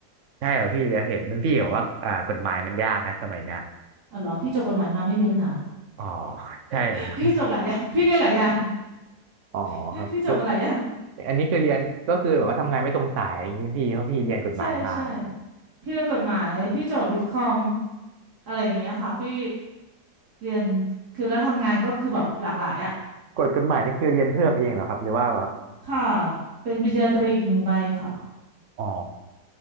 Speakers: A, on the right (about 55°); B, on the right (about 75°).
A: ใช่เหรอพี่จะเห็นรุ่นพี่บอกว่าอ่ากฎหมายมันยากนะสมัยเนี้ย
B: อ๋อเหรอพี่จบกฎหมายมาไม่มีปัญหา
A: อ๋อใช่อ
B: <laughs> พี่จบหลายอย่างพี่เรียนหลายอย่าง
A: อ๋อครับคือ
B: <laughs> พี่จบมาหลายอย่าง
A: อันนี้คือเรียนก็คือแบบว่าทำงานไม่ตรงสายอย่างนี้พี่เพราะพี่เรียนกฎหมายมา
B: ใช่ใช่พี่เรียนกฎหมายพี่จบวิทย์คอมอะไรอย่างเงี้ยค่ะพี่ เรียนคือแล้วทำงานก็คือแบบหลากหลายอ่ะ
A: กฎกฎหมายนี่คือเรียนเพิ่มเองเหรอครับหรือว่า
B: ค่ะเป็นปริญญาตรีอีกหนึ่งใบค่ะ
A: อ๋อ